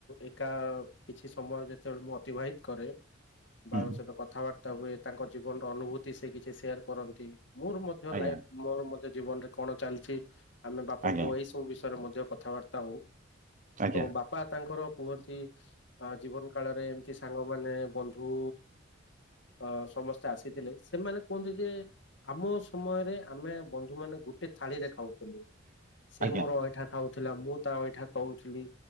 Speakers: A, on the left; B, on the right.
A: ଏକା କିଛି ସମୟ ଯେତେବେଳେ ମୁଁ ଅତିବାହିତ କରେ ବାବାଙ୍କ
B: ହୁଁ
A: ସହିତ କଥାବାର୍ତ୍ତା ହୁଏ ତାଙ୍କ ଜୀବନର ଅନୁଭୂତି ସେ କିଛି ସେୟାର କରନ୍ତି ମୋର ମଧ୍ୟ
B: ଆଜ୍ଞା
A: ଲାଇଫ ମୋର ମଧ୍ୟ ଜୀବନରେ କଣ ଚାଲିଛି ଆମେ ବାପ
B: ଆଜ୍ଞା
A: ପୁଅ ଏଇ ସବୁ ବିଷୟରେ ମଧ୍ୟ କଥାବାର୍ତ୍ତା ହଉ।
B: ଆଜ୍ଞା
A: ତ ବାପା ତାଙ୍କର କୁହନ୍ତି ଜୀବନ କାଳରେ ଏମତି ସାଙ୍ଗମାନେ ବନ୍ଧୁ ବନ୍ଧୁ ଅ ସମସ୍ତେ ଆସିଥିଲେ ସେମାନେ କୁହନ୍ତି ଯେ ଆମ ସମୟରେ ଆମେ ବନ୍ଧୁ ମାନେ ଗୋଟେ ଥାଳିରେ ଖାଉଥିଲୁ ସେ
B: ଆଜ୍ଞା
A: ମୋର ଅଇଁଠା ଖାଉଥିଲା ମୁଁ ତା ଅଇଁଠା କହୁଥିଲି